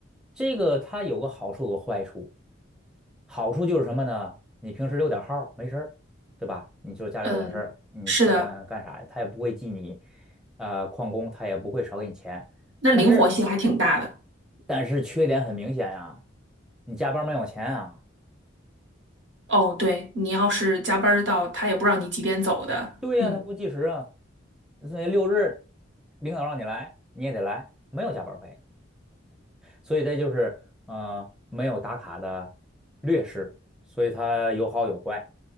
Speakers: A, in the centre; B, on the right (about 65°).
A: 这个它有个好处有个坏处，好处就是什么呢？你平时溜点号儿没事儿，对吧？你就家里有点事儿，
B: 嗯，
A: 你该干干啥，
B: 是的，
A: 他也不会记你，呃，旷工，他也不会少给你钱。
B: 那灵活性还挺大的。
A: 但是，但是缺点很明显呀，你加班没有钱啊？
B: 哦，对，你要是加班儿到，他也不知道你几点走的。
A: 对呀，
B: 嗯
A: 他不计时啊。所以六日领导让你来，你也得来，没有加班费。所以这就是，嗯，没有打卡的劣势。所以它有好有坏。